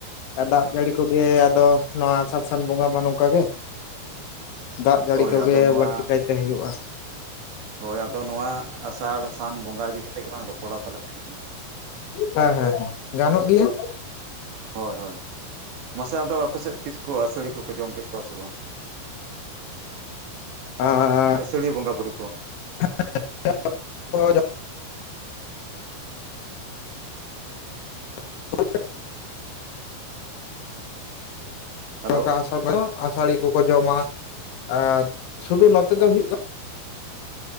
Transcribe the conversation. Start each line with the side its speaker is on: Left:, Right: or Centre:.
Left: ᱟ ᱫᱟᱜ ᱡᱟᱹᱲᱤ ᱠᱚᱜᱮ ᱟᱫᱚ ᱱᱚᱣᱟ ᱟᱥᱟᱲ ᱥᱟᱱ ᱵᱚᱸᱜᱟ ᱢᱟ ᱱᱚᱝᱠᱟ ᱜᱮ᱾ ᱫᱟᱜ ᱡᱟᱹᱲᱤ
Right: ᱦᱳᱭ
Left: ᱠᱚᱜᱮ
Right: ᱟᱫᱚ ᱱᱚᱣᱟ
Left: ᱵᱟᱹᱲᱛᱤ ᱠᱟᱭᱛᱮ ᱦᱩᱭᱩᱜ-ᱟ᱾
Right: ᱦᱳᱭ ᱟᱫᱚ ᱱᱚᱣᱟ ᱟᱥᱟᱲ ᱥᱟᱱ ᱵᱚᱸᱜᱟ ᱤᱫᱤ ᱠᱟᱛᱮᱜ ᱜᱮᱞᱟᱝ ᱨᱚᱯᱚᱲᱟ ᱛᱟᱦᱞᱮ ᱛᱮᱦᱮᱧ᱾
Left: ᱦᱮᱸ ᱦᱮᱸ ᱦᱮᱸ ᱜᱟᱱᱚᱜ ᱜᱮᱭᱟ᱾
Right: ᱦᱳᱭ ᱦᱳᱭ ᱢᱟᱥᱮ ᱟᱫᱚ ᱟᱯᱮ ᱥᱮᱫ ᱛᱤᱥ ᱠᱚ ᱟᱹᱥᱟᱹᱲᱤ ᱠᱚᱯᱚ ᱡᱚᱢ ᱠᱮᱫ ᱠᱚᱣᱟ ᱥᱮ ᱵᱟᱝ?
Left: ᱟᱨ
Right: ᱟᱹᱥᱟᱹᱲᱤᱭᱟᱹ ᱵᱚᱸᱜᱟ ᱵᱳᱨᱩ ᱠᱚ᱾
Left: <unintelligible> <unintelligible>
Right: ᱦᱮᱞᱳ
Left: ᱱᱚᱝᱠᱟ ᱟᱥᱟᱲ ᱨᱫᱚ ᱟᱹᱥᱟᱹᱲᱤ ᱠᱚᱠᱚ ᱡᱚᱢᱟ ᱟᱨ ᱥᱩᱫᱩ ᱱᱚᱛᱮ ᱫᱚ ᱦᱩᱭᱩᱜ ᱠᱟᱱᱟ